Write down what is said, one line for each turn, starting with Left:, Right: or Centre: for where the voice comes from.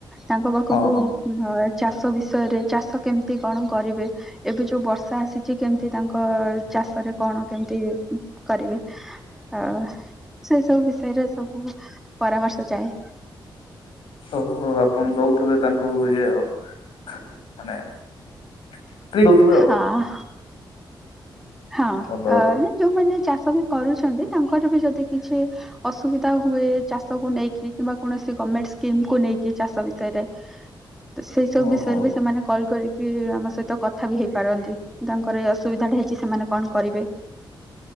Centre: ତାଙ୍କ ପାଖୁକୁ
Left: ହଁ ହଁ
Centre: ଉଁ ହ ଚାଷ ବିଷୟରେ ଚାଷ କେମିତି କଣ କରିବେ ଏବେ ଯୋଉ ବର୍ଷା ଆସିଚି କେମତି ତାଙ୍କ ଚାଷରେ କଣ କେମତି କରିବେ ଅ ସେ ସବୁ ବିଷୟରେ ସବୁ ପରାମର୍ଶ ଯାଏ।
Left: ସବୁ ଆପଣ ଦଉଥୁବେ ତାଙ୍କୁ ଇଏ ଆଉ ମାନେ ପି କୋଉଥୁବେ ଆଉ।
Centre: ହଁ ହଁ
Left: ଭଲ
Centre: ଅ ନାଁ ଯୋଉମାନେ ଚାଷ ବି କରୁଛନ୍ତି ତାଙ୍କର ବି ଯଦି କିଛି ଅସୁବିଧା ହୁଏ ଚାଷକୁ ନେଇକି କିମ୍ବା କୌଣସି ଗମେଟ୍ ସ୍କିମ୍ କୁ ନେଇକି ଚାଷ ବିଷୟରେ ତ ସେଇ ସବୁ
Left: ଓ
Centre: ବିଷୟରେ
Left: ହଉ
Centre: ବି ସେମାନେ କଲ୍ କରିକି ଆମ ସହିତ କଥା ବି ହେଇପାରନ୍ତି। ତାଙ୍କର ରାସ୍ ସୁବିଧାଟି ହେଇଚି ସେମାନେ କଁ କରିବେ?